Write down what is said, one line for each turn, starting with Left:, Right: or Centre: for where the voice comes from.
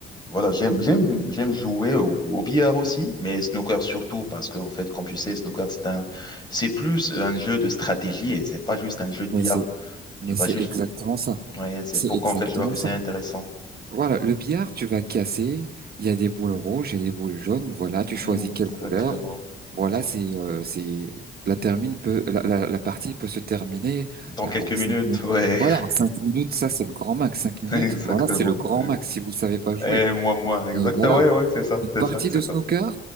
Left: voilà, j'aime, j'aime, j'aime jouer au, au billard aussi, mais snooker surtout, parce que, en fait, comme tu sais, snooker, c'est un, c'est plus un jeu de stratégie et c'est pas juste un jeu de billard.
Right: Mais c'est Mais
Left: Tu vas
Right: c'est
Left: juste.
Right: exactement
Left: mmh,
Right: ça.
Left: Ouais, c'est
Right: C'est
Left: pourquoi,
Right: exactement
Left: en fait, je vois que
Right: ça.
Left: c'est intéressant.
Right: Voilà, le billard, tu vas casser. Il y a des boules rouges, et des boules jaunes. Voilà,
Left: Mmh,
Right: tu choisis quelle
Left: Exactement.
Right: couleur. Voilà,
Left: Exactement.
Right: c'est euh, c'est la termine peut la, la, la partie peut se terminer
Left: Dans quelques
Right: euh, en
Left: minutes,
Right: cinq minutes.
Left: ouais,
Right: Voilà, en cinq minutes, ça c'est le grand max. Cinq minutes,
Left: <laughs> exactement.
Right: voilà, c'est le grand max si vous savez pas jouer.
Left: Et moi, moi, exactement,
Right: Mais voilà,
Left: ouais, ouais, c'est ça,
Right: une
Left: c'est
Right: partie
Left: ça, c'est
Right: de
Left: ça.
Right: snooker?